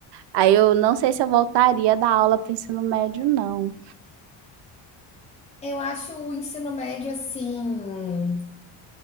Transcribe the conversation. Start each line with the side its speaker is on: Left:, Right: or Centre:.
Right: Aí eu não sei se eu voltaria da aula para ensino médio, não.
Left: Eu acho o ensino médio assim.